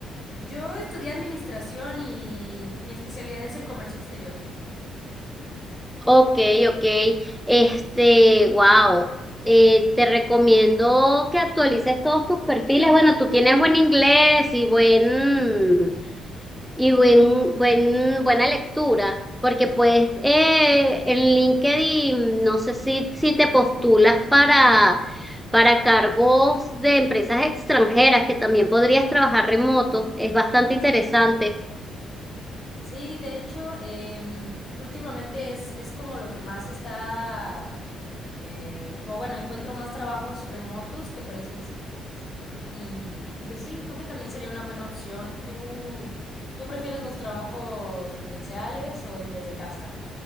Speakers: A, on the left; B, in the centre.
A: Yo estudié administración y mi especialidad es el comercio exterior.
B: Ok, ok. Este, wow. Eh, te recomiendo que actualices todos tus perfiles. Bueno, tú tienes buen inglés y buen Y buen, buen, buena lectura, porque pues eh,
A: Sí,
B: en LinkedIn no sé si, si te postulas para, para cargos de empresas extranjeras, que también podrías trabajar remoto, es bastante interesante.
A: sí. Sí, de hecho, em, últimamente es, es como lo que más está, eh, o bueno, encuentro más trabajos remotos que presenciales. Y, y pues sí, creo que también sería una buena opción. ¿Tú, tú prefieres los trabajos presenciales o es desde casa?